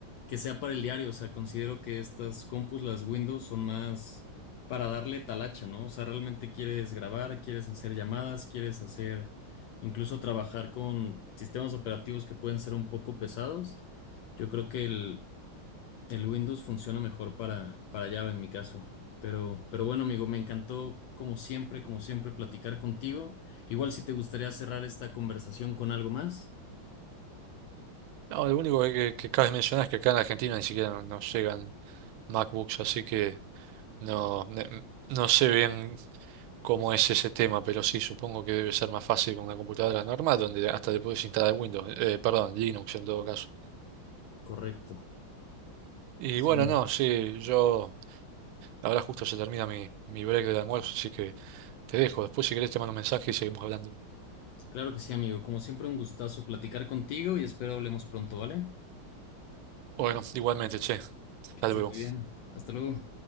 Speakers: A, on the left (about 75°); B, on the right (about 80°).
A: que sea para el diario. O sea, considero que estas compus, las Windows, son más para darle talacha, ¿no? O sea, realmente quieres grabar, quieres hacer llamadas, quieres hacer incluso trabajar con sistemas operativos que pueden ser un poco pesados. Yo creo que el, el Windows funciona mejor para, para Java en mi caso. Pero, pero bueno, amigo, me encantó, como siempre, como siempre, platicar contigo. Igual si te gustaría cerrar esta conversación con algo más,
B: No, lo único que, que cabe mencionar es que acá en Argentina ni siquiera no- nos llegan MacBooks, así que no, ne- no sé bien cómo es ese tema, pero sí, supongo que debe ser más fácil con una computadora normal, donde hasta le puedes instalar Windows, eh, perdón, Linux en todo caso.
A: correcto.
B: Y
A: Sí.
B: bueno, no, sí, yo... Ahora justo se termina mi, mi break del almuerzo, así que te dejo. Después, si querés, te mando un mensaje y seguimos hablando.
A: Claro que sí, amigo. Como siempre, un gustazo platicar contigo y espero hablemos pronto, ¿vale?
B: Bueno, igualmente, che, hasta
A: Que estés
B: luego.
A: muy bien. Hasta luego.